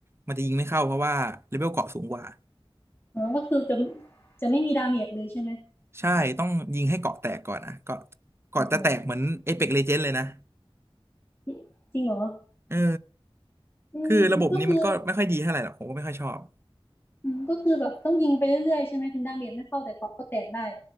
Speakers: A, on the right; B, on the left.
A: มันจะยิงไม่เข้าเพราะว่าเลเวลเกราะสูงกว่า
B: อ๋อก็คือจะจะไม่มีดาเมจเลยใช่ไหม
A: ใช่ต้องยิงให้เกราะแตกก่อนนะเกราะเกราะจะแตกเหมือนเอ
B: โอ้โห
A: e ป l กเลเจนด์ Legends เลยนะ
B: จริจริงเหรอ
A: เออ
B: อืมก็คือ
A: คือระบบนี้มันก็ไม่ค่อยดีเท่าไหร่หรอกผมก็ไม่ค่อยชอบ
B: อืมก็คือแบบต้องยิงไปเรื่อยๆใช่ไหมถึงดาเมจไม่เข้าแต่เกราะก็แตกได้